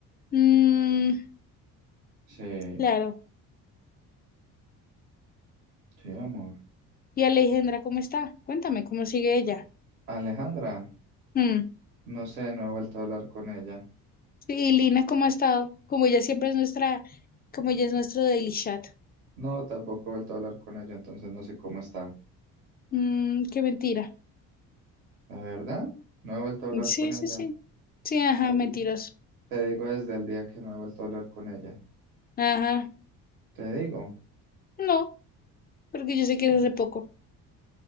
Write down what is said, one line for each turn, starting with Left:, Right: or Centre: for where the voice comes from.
Left: Mm,
Right: Sí,
Left: claro.
Right: sí, amor.
Left: ¿Y Alejandra cómo está? Cuéntame, ¿cómo sigue ella?
Right: Alejandra,
Left: Mm.
Right: no sé, no he vuelto a hablar con ella.
Left: ¿Y Lina cómo ha estado? Como ella siempre es nuestra, como ella es nuestro daily chat.
Right: No, tampoco he vuelto a hablar con ella, entonces no sé cómo está.
Left: Mm, qué mentira.
Right: ¿De verdad? No he vuelto a hablar
Left: Sí,
Right: con ella.
Left: sí, sí. Sí, ajá,
Right: Te
Left: mentiroso.
Right: te digo desde el día que no he vuelto a hablar con ella.
Left: Ajá.
Right: Te digo,
Left: No, porque yo sé que
Right: te,
Left: es hace poco.